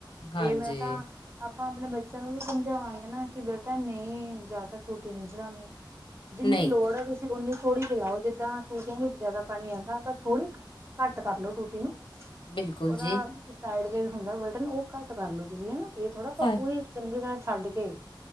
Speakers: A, on the left; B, on the right.
A: ਹਾਂਜੀ
B: ਇਹ ਮੈਂ ਤਾਂ ਆਪਾਂ ਆਪਣੇ ਬੱਚਿਆਂ ਨੂੰ ਵੀ ਸਮਝਾਵਾਂਗੇ ਨਾ ਕਿ ਬੇਟਾ ਨਹੀਂ ਜ਼ਿਆਦਾਤਰ ਟੂਟੀ ਨਹੀਂ ਚਲਾਣੀ। ਜਿੰਨੀ
A: ਨਹੀਂ
B: ਲੋੜ ਆ ਤੁਸੀਂ। ਸੀ ਉੱਨੀ ਥੋੜੀ ਚਲਾਓ ਜਿੱਦਾਂ ਟੂਟੀਆਂ ਵਿੱਚ ਜ਼ਿਆਦਾ ਪਾਣੀ ਆਹਂਦਾ ਪਰ ਥੋੜ੍ਹੀ ਘੱਟ ਕਰ ਲੋ ਟੂਟੀ ਨੂੰ। ਉਹਦਾ
A: ਬਿਲਕੁਲ ਜੀ
B: ਸਾਈਡ ਜਿ ਹੁੰਦਾ ਬਟਨ ਉਹ ਘੱਟ ਕਰ ਲੋ ਤੁਸੀਂ ਹਨਾ, ਇਹ ਥੋੜਾ ਪੂਰੀ
A: ਹਾਂ
B: ਚੰਗੀ ਤਰ੍ਹਾਂ ਛੱਡ ਕੇ।